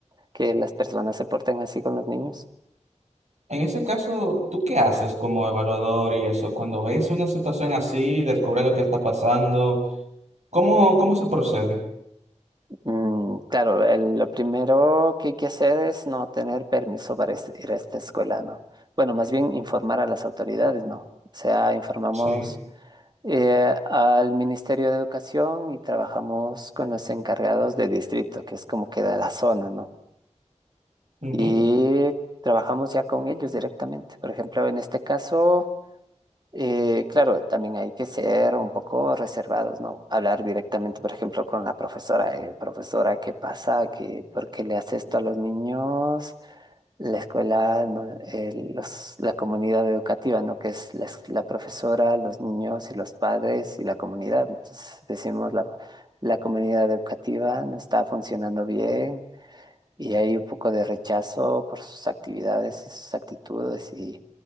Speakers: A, on the right (about 35°); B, on the right (about 70°).
A: que las personas se porten así con los niños.
B: En ese caso, ¿tú qué haces como evaluador y eso? Cuando ves una situación así, descubres lo que está pasando, ¿cómo, cómo se procede?
A: Mm, claro, el- lo primero que hay que hacer es no tener permiso para es- ir a esta escuela, ¿no? Bueno, más bien informar a las autoridades, ¿no? O sea, informamos
B: Sí.
A: eh, al Ministerio de Educación y trabajamos con los encargados de distrito, que es como queda la zona, ¿no?
B: Ujú.
A: Y trabajamos ya con ellos directamente. Por ejemplo, en este caso, eh, claro, también hay que ser un poco reservados, ¿no? Hablar directamente, por ejemplo, con la profesora, eh, profesora, ¿qué pasa? ¿Qué, por qué le hace esto a los niños? la escuela, ¿no? El- los- la comunidad educativa, ¿no? Que es la, es- la profesora, los niños y los padres y la comunidad. Entonces decimos la, la comunidad educativa no está funcionando bien y hay un poco de rechazo por sus actividades y sus actitudes y